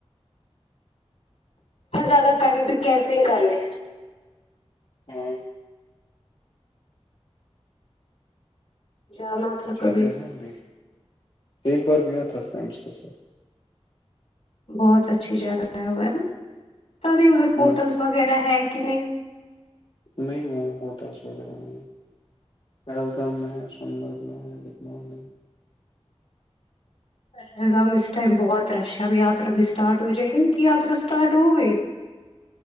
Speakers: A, on the left; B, on the left.
A: بہت زیادہ کیمپنگ کرنے ہیں
B: ہمم
A: جانا تھا
B: تو جاتے
A: کبھی
B: ہیں نا ابھی ایک بار گیا تھا فرینڈس کے ساتھ
A: بہت اچھی جگہ ہے وہ ہے نا تو ابھی ادھر ہوٹلس
B: ہ
A: وغیرہ ہے کہ نہیں
B: نہیں وہ ہوٹلس وغیرہ نہیں پہلگم میں ہیں سونمرگ میں ہیں
A: پہلگم اس ٹائم بہت رش ہے اب یاترا بھی اسٹارٹ ہو جائے گی نا کہ یاترا اسٹارٹ ہو گئی